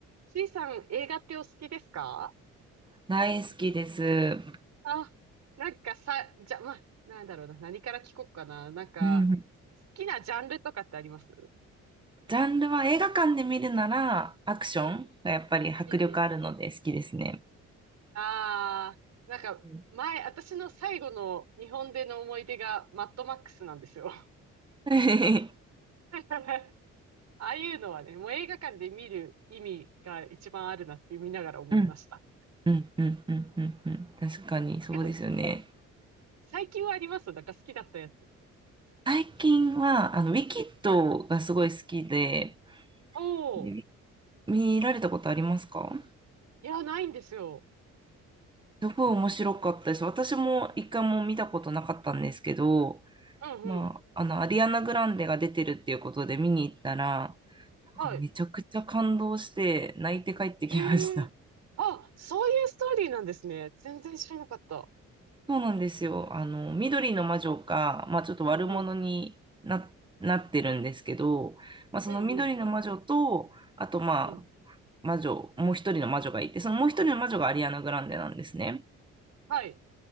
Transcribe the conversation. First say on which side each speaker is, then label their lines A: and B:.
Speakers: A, on the right; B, on the right.
A: C さん、映画ってお好きですか
B: 大好きです。う
A: あ、なんかさ、じゃ、まあ、なんだろうな、何から聞こうかな。なんか、
B: ん。
A: 好きなジャンルとかってあります
B: ジャンルは映画館で見るならアクションがやっぱり迫力あるので好きですね。
A: うん、うん、うん。ああ、なんか、
B: うん
A: 前、私の最後の日本での思い出がマッドマックスなんですよ。
B: <laughs>
A: <laughs> ああいうのはね、もう映画館で見る意味が一番あるなって見ながら思いました。
B: うん、うん、うん、うん、うん、うん。確かにそうですよね。
A: なんか、ね最近はありますなんか好きだったやつ。
B: 最近は、あの、ウィキッドがすごい好きで、
A: うん。おー、
B: で見られたことありますか
A: いや、ないんですよ。
B: すごい面白かったです。私も一回も見たことなかったんですけど、
A: うんうん。
B: まあ、あの、アリアナ・グランデが出てるっていうことで見に行ったら、なんかめちゃくちゃ感動して泣いて帰ってきました。
A: はい。へえ。あ、そういうストーリーなんですね。全然知らなかった。
B: そうなんですよ。あの、緑の魔女が、まあちょっと悪者にな、
A: うんうん。
B: なってるんですけど、まあその緑の魔女と、
A: うんうん。
B: あとまあ
A: うん。
B: 魔女、もう一人の魔女がいて、そのもう一人の魔女がアリアナ・グランデなんですね。
A: はい。